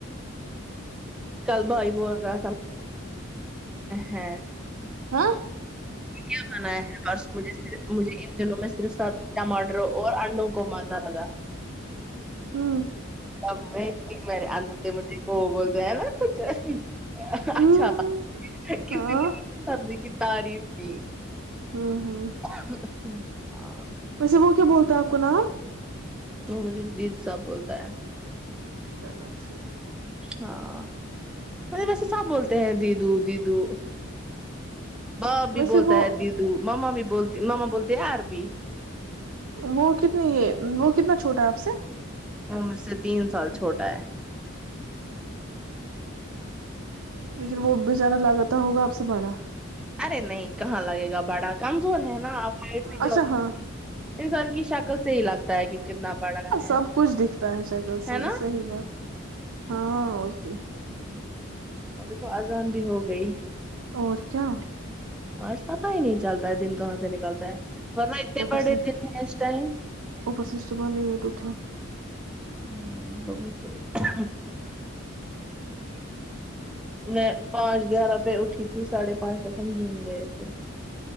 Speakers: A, in the centre; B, on the right (about 80°).
A: کل بائی بولا س ہ
B: ہاں
A: کیا بنایا ہے پرسوں مجھےف مجھے ان دنوں میں صرف س ٹماٹر اور انڈوں کو مزہ لگا
B: ہوں
A: اب وہ ت میرےدر مھے پھو بولتے ہیں ہے نا کچھ اچھا
B: ہوں
A: کس
B: ہاں
A: د سبزی تعریف کی
B: ہوں ہوں
A: ا <inaudible>
B: ویسے وہ کیا بولتا ہے آپ کو نام
A: وہ مجھے دید صاح بولتے <unintelligible>
B: چل اچھھی
A: ہاں مے ویسے سب بولتے ہیں دیدو دیدو باپ بھی
B: ویسے
A: بولتا
B: وہ
A: ہے دیدو ماما بھی بول ماما بولتے ہیں یار بھی
B: وہ کتنی یہ وہ کتنا چھوٹا ہے آپ سے
A: وہ مجھ سے تین سال چوٹا تا <inaudible>
B: لیکن وہ بچارا لاگتا ہوگا آپ سے باڑا
A: ارے نہیں کہاں لگے گا بڑا کمزور ہے نا آپ ہائٹ سے کیا
B: اچھا
A: ہوتا
B: ہاں
A: ہے، انسان کی شکل سے ہی لگتا ہے کہ کتنا بڑا ہے
B: سب کچھ دکھتا ہے شکل صی
A: ہے نا
B: صحیح بات ہاں ہو جی
A: اور دیکھو آزان بھی ہو گئی
B: اورورچا
A: آج پت ہی نہیں چلتا ہے دن کہاں
B: ا
A: سے نکلتا ہے ورنہ اتنے
B: پرس
A: بڑے دن ہیں اس ٹائم
B: ا پر سے صبح لٹ اٹھا
A: ہاں بگس کیا میں پانچ گیارہ پہ اٹھی تھی ساڑھے پانچ تک ہم جم گئے تھے